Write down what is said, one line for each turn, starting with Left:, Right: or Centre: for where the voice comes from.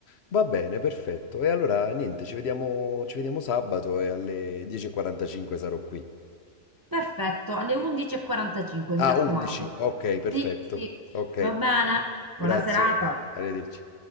Left: Va bene, perfetto. E allora niente, ci vediamo, ci vediamo sabato e alle 10.45 sarò qui.
Right: Perfetto, alle 11.45,
Left: Ah,
Right: mi raccomando.
Left: Esatto. 11. Ok, perfetto.
Right: Sì, sì,
Left: Ok,
Right: va bene. Buona
Left: grazie.
Right: serata.
Left: Arrivederci.